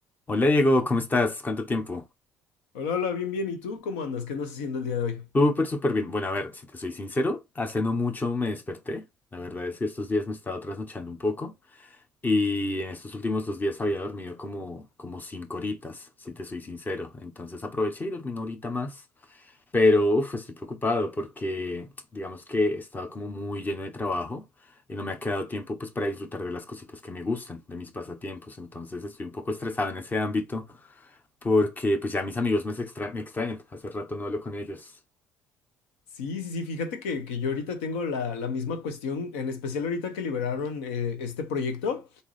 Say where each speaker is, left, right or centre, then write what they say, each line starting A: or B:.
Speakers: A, on the left; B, on the left.
A: Hola Diego, ¿cómo estás? ¿Cuánto tiempo?
B: Hola, hola, bien, bien. ¿Y tú cómo andas? ¿Qué andas haciendo el día de hoy?
A: Súper, súper bien. Bueno, a ver, si te soy sincero, hace no mucho me desperté. La verdad es que estos días me he estado trasnochando un poco y en estos últimos dos días había dormido como, como cinco horitas, si te soy sincero. Entonces aproveché y dormí una horita más. Pero uf, estoy preocupado porque digamos que he estado como muy lleno de trabajo y no me ha quedado tiempo pues para disfrutar de las cositas que me gustan, de mis pasatiempos. Entonces estoy un poco estresado en ese ámbito. Porque pues ya mis amigos me, extra- me extrañan. Hace rato no hablo con ellos.
B: Sí, sí, sí. Fíjate que, que yo ahorita tengo la, la misma cuestión, en especial ahorita que liberaron eh, este proyecto.